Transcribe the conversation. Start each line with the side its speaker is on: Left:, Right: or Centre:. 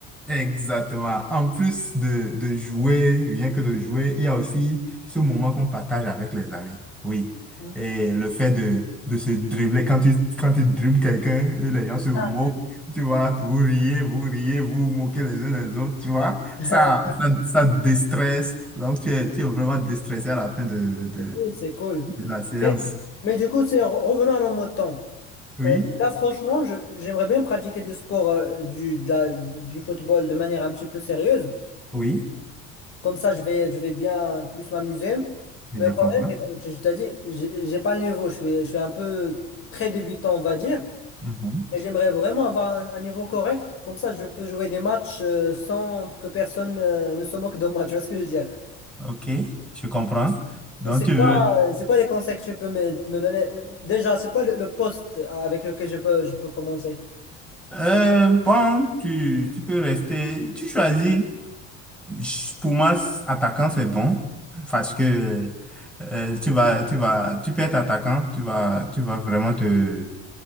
Centre: Exactement. En plus de, de jouer, rien que de jouer, il y a aussi ce moment qu'on partage avec les amis. Oui.
Left: Mm.
Centre: Et le fait de, de se dribbler, quand tu, quand tu dribbles quelqu'un, et les gens se moquent,
Left: Ah,
Centre: tu vois, vous riez, vous riez, vous vous moquez les uns les autres, tu vois.
Left: ah,
Centre: Ça, ça, ça déstresse. Donc, tu es, tu es vraiment déstressé à la fin de, de,
Left: c'est cool, c'est cool.
Centre: de la séance.
Left: Mais, mais du coup, c'est re- revenons à nos mots de temps.
Centre: Oui,
Left: Euh, là, franchement, je- j'aimerais bien pratiquer du sport, euh, du, de la- du football de manière un petit peu sérieuse.
Centre: oui,
Left: Comme ça, je vais, je vais bien plus m'amuser.
Centre: je
Left: Mais le problème,
Centre: comprends.
Left: c'est comme je je t'ai dit, j'ai j'ai pas le niveau. Je suis, je suis un peu très débutant, on va dire.
Centre: Mhm.
Left: Et j'aimerais vraiment avoir un, un niveau correct. Comme ça, je peux jouer des matchs euh, sans que personne euh, ne se moque de moi. Tu vois ce que je veux dire?
Centre: OK, je comprends. Donc,
Left: Et C'est
Centre: tu
Left: quoi,
Centre: veux,
Left: euh, c'est quoi les conseils que tu peux me, me donner? Déjà, c'est quoi le, le poste avec lequel je peux, je peux commencer?
Centre: Euh, bon, tu, tu peux rester. Tu choisis. Ch- Pour moi, s- attaquant, c'est bon. Parce que euh, tu vas, tu vas, tu peux être attaquant. Tu vas, tu vas vraiment te,